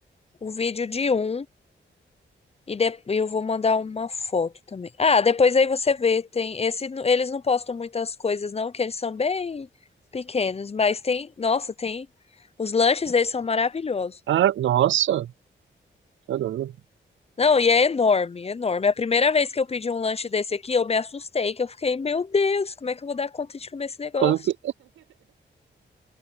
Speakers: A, on the left; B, on the right.
A: um vídeo de um e de- eu vou mandar uma foto também. Ah, depois aí você vê, tem esse, eles não postam muitas coisas não, que eles são bem pequenos, mas tem, nossa, tem os lanches deles são maravilhosos.
B: Ah, nossa, caramba.
A: Não, e é enorme, enorme. É A primeira vez que eu pedi um lanche desse aqui, eu me assustei, que eu fiquei, meu Deus, como é que eu vou dar conta de comer esse negócio?
B: Como que.